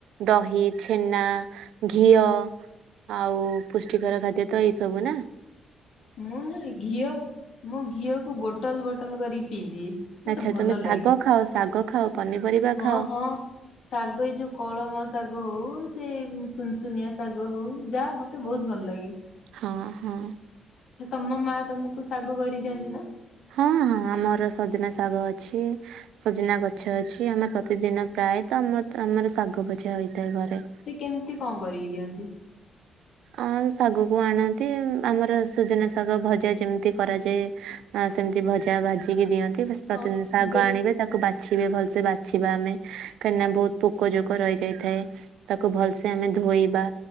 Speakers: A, on the right; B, on the left.
A: ଦହି, ଛେନା, ଘିଅ ଆଉ ପୁଷ୍ଟିକର ଖାଦ୍ୟ ତ ଏଇ ସବୁ ନାଁ।
B: ମୁଁ ନା ଘିଅ ମୁଁ ଘିଅକୁ ବୋଟଲ ବୋଟଲ କରିକି ପିଇଦିଏ। ମତେ
A: ଆଚ୍ଛା
B: ଭଲ
A: ତମେ ଶାଗ
B: ଲାଗେ
A: ଖାଅ ଶାଗ ଖାଅ ପନିପରିବା
B: ହଁ
A: ଖାଅ।
B: ହଁ। ଶାଗ ଏଇ ଯୋଉ କଳମ ଶାଗ ହଉ ସେ ସୁନସୁନିଆ ଶାଗ ହଉ ଯାହା ମତ ମତେ ବହୁତ ଭଲ ଲାଗେ।
A: ହଁ ହଁ।
B: ତମ ମା ତମକୁ ଶାଗ କରିକିଦିଅନ୍ତି ନାଁ।
A: ହଁ ହଁ ଆମର ସଜନା ଶାଗ ଅଛି। ସଜନା ଗଛ ଅଛି ଆମେ ପ୍ରତିଦିନ ପ୍ରାୟତ ଆମ ଆମର ଶାଗ ଭଜା ହେଇଥାଏ ଘରେ।
B: ସେ କେମିତି କଣ କରିକି ଦିଅନ୍ତି।
A: ଆ ଶାଗକୁ ଆଣନ୍ତି ଆମର ସୁଜନା ଶାଗ ଭଜା ଯେମିତି କରାଯାଏ। ଆଉ ସେମିତି ଭଜା ଭାଜିିକି ଦିଅନ୍ତି ପ୍ରତିଦିନ
B: ହଁ
A: ଶାଗ
B: ବେ
A: ଆଣିବେ। ତାକୁ ବାଛିବେ ଭଲସେ ବାଛିବା ଆମେ କାହିଁକିନା ବହୁତ ପୋକ ଯୋକ ରହିଯାଇଥାଏ। ତାକୁ ଭଲସେ ଆମେ ଧୋଇବା।